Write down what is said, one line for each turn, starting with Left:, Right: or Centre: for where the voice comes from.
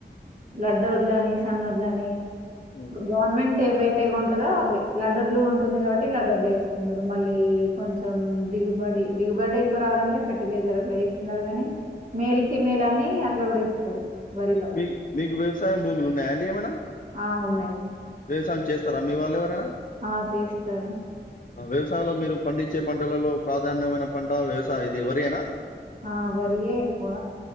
Right: లడ్డోడ్ల అని సన్నోడ్లని
Left: హ్మ్.
Right: గవర్నమెంట్ ఏవైతే పెగు ఉంటందా అవి లడర్లు ఉంటుంది కాబట్టి లడూర్లు వేస్తున్నారు మళ్ళీ కొంచెం దిగుబడి దిగుబడి ఎక్కువ రావాలంటే ఫెర్టిలైజర్లో వే ఉన్నారు గాని మేల్ ఫీమేల్ అన్ని అట్లా కూడా ఇస్తారు వరిలో
Left: మీ మీకు వ్యవసాయం భూములు ఉన్నాయా అండి ఏమైనా
Right: ఆ ఉన్నాయి
Left: వ్యవసాయం చేస్తారా మీ వాళ్ళ ఎవరైనా
Right: ఆ చేస్తారు
Left: వ్యవసాయంలో మీరు పండించే పంటలలో ప్రాధాన్యమైన పంట వ్యవసాయ ఇది ఎవరిైనా
Right: ఆ వరియే ఎక్కువ